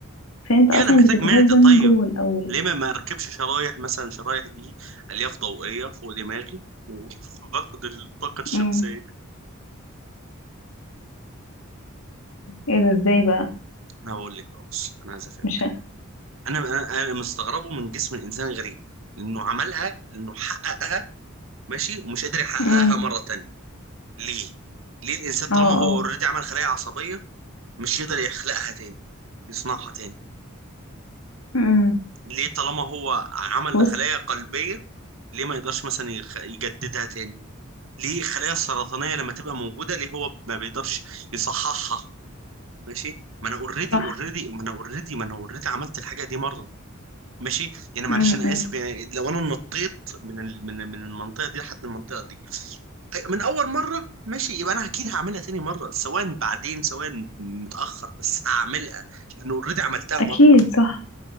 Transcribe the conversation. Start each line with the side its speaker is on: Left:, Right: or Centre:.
Left: فانت اصلا
Right: يعني انا محتاج
Left: بتتغذى
Right: معده طيب
Left: من جوه الاول
Right: ليه ما ما اركبش شرايح مثلا شرايح دي الياف ضوئيه فوق دماغي وباخد <laughs> الطاقه الشمسيه
Left: امم ايه ده ازاي بقى
Right: انا هقول لك بقى بص انا عايز افهمك
Left: مش
Right: انا انا أنا مستغربه من جسم الانسان غريب لانه عملها لانه حققها ماشي ومش قادر يحققها
Left: هقول
Right: مره تانية ليه ليه الانسان طالما
Left: اه
Right: هو
Left: اه
Right: اوريدي عمل خلايا عصبيه مش يقدر يخلقها تاني يصنعها تاني
Left: امم
Right: ليه طالما هو عمل
Left: بص
Right: خلايا قلبية ليه ما يقدرش مثلا يخ- يجددها تاني ليه الخلايا السرطانية لما تبقى موجودة ليه هو ما بيقدرش يصححها ماشي ما انا اوريدي
Left: صح
Right: اوريدي ما انا اوريدي ما انا اوريدي عملت الحاجة دي مرة ماشي يعني معلش
Left: امم
Right: انا اسف يعني لو انا نطيت من ال... من من المنطقة دي لحد المنطقة دي أي- من اول مرة ماشي يبقى انا اكيد هعملها تاني مرة سواء بعدين سواء متأخر بس هعملها لان اوريدي عملتها
Left: اكيد
Right: مرة
Left: صح